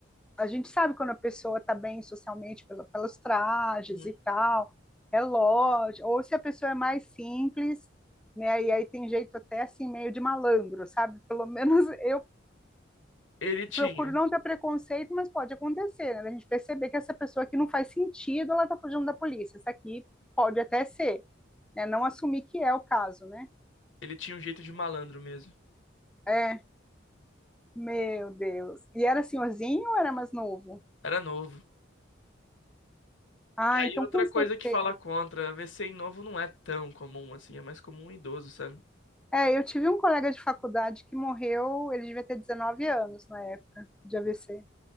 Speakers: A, in the centre; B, on the left (about 75°).
A: a gente sabe quando a pessoa está bem socialmente pela, pelos trajes
B: Uhum.
A: e tal, relógio, ou se a pessoa é mais simples, né? E aí tem jeito até assim meio de malandro, sabe? Pelo menos <laughs> eu
B: Ele tinha.
A: procuro não ter preconceito, mas pode acontecer, né? A gente perceber que essa pessoa aqui não faz sentido, ela está fugindo da polícia. Essa aqui pode até ser, né? Não assumir que é o caso, né?
B: Ele tinha um jeito de malandro mesmo.
A: É, meu Deus. E era senhorzinho ou era mais novo?
B: Era novo.
A: Ah,
B: Tá aí
A: então
B: outra
A: com
B: coisa
A: certeza.
B: que fala contra. VC em novo não é tão comum assim, é mais comum em idoso, sabe?
A: É, eu tive um colega de faculdade que morreu, ele devia ter 19 anos na época de AVC.